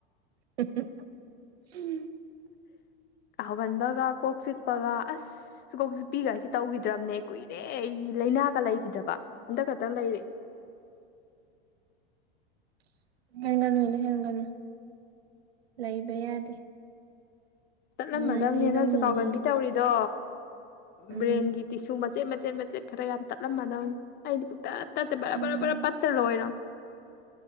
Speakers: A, on the right (about 90°); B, on the left (about 35°).
A: ꯎꯝ <unintelligible> <inaudible> <unintelligible> <inaudible>
B: ꯀꯥꯎꯒꯟꯕꯒ ꯀꯣꯛ ꯆꯤꯛꯄꯒ ꯑꯁ ꯀꯣꯛ ꯆꯤꯛꯄꯤꯒꯁꯦ ꯇꯧꯈꯤꯗ꯭ꯔꯕꯅꯦ ꯀꯨꯏꯔꯦ ꯑꯩ ꯂꯩꯅꯥꯒ ꯂꯩꯈꯤꯗꯕ ꯍꯟꯗꯛ ꯈꯛꯇꯪ ꯂꯩꯔꯤ
A: <unintelligible> <inaudible> ꯂꯩꯍꯟꯒꯅꯨ ꯂꯩꯍꯟꯒꯅꯨ ꯂꯩꯕ ꯌꯥꯗꯦ
B: ꯇꯠꯂꯝꯃꯗꯕꯅꯦ
A: ꯅꯨꯡꯉꯥꯏ ꯂꯩꯗꯧꯅꯤꯅꯦ
B: ꯅꯪꯁꯨ ꯀꯥꯎꯒꯟꯕꯤ ꯇꯧꯔꯤꯗꯣ
A: ꯎꯝ
B: ꯕ꯭ꯔꯦꯟꯒꯤ ꯇꯤꯁꯨ ꯃꯆꯦꯠ ꯃꯆꯦꯠ ꯃꯆꯦꯠ ꯈꯔ ꯌꯥꯝ ꯇꯠꯂꯝꯃꯗꯧꯅꯤ ꯑꯩꯗꯤ ꯄꯨꯇꯠ ꯇꯠꯇꯦ ꯕꯔꯕꯔꯕꯔ
A: ꯎꯝ
B: ꯄꯠꯇ ꯂꯣꯏꯔꯝꯅꯤ